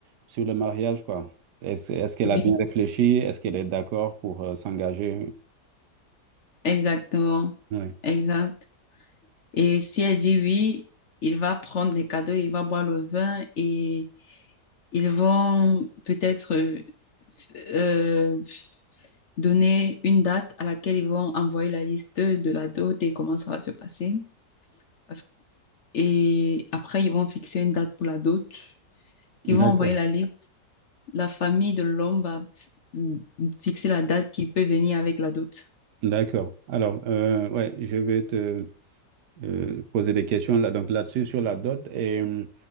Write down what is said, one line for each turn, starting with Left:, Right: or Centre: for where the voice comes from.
Right: sur le mariage, quoi. Est-ce, est-ce qu'elle
Left: Oui,
Right: a bien réfléchi? Est-ce qu'elle est d'accord pour euh, s'engager?
Left: exactement.
Right: Oui.
Left: Exact. Et si elle dit oui, il va prendre les cadeaux, il va boire le vin et ils vont peut-être euh, donner une date à laquelle ils vont envoyer la liste de la dot et comment ça va se passer. Parce- Et après, ils vont fixer une date pour la dot. Ils vont
Right: D'accord.
Left: envoyer la liste. La famille de l'homme va mm, fixer la date qui peut venir avec la dot.
Right: D'accord. Alors, euh, ouais, je vais te, euh, poser des questions là, donc là-dessus sur la dot. Et euh,